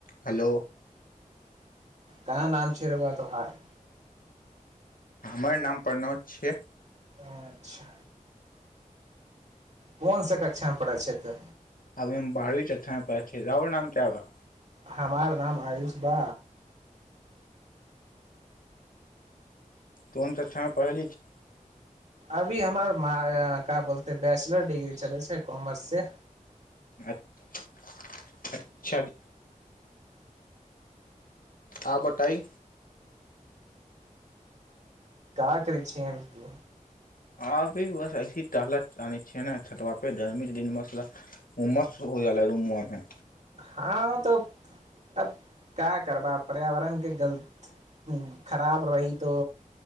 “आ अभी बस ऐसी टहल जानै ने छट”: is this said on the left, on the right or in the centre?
Left